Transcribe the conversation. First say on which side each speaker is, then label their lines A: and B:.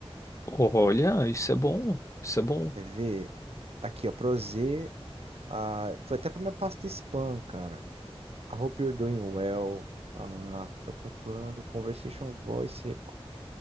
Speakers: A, on the left; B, on the right.
A: Olha, isso é bom, isso é bom.
B: Quer ver? Aqui, ó, Proze. Ah, foi até pra minha pasta spam, cara. I hope you're doing well. Ah, tô procurando Conversation Voice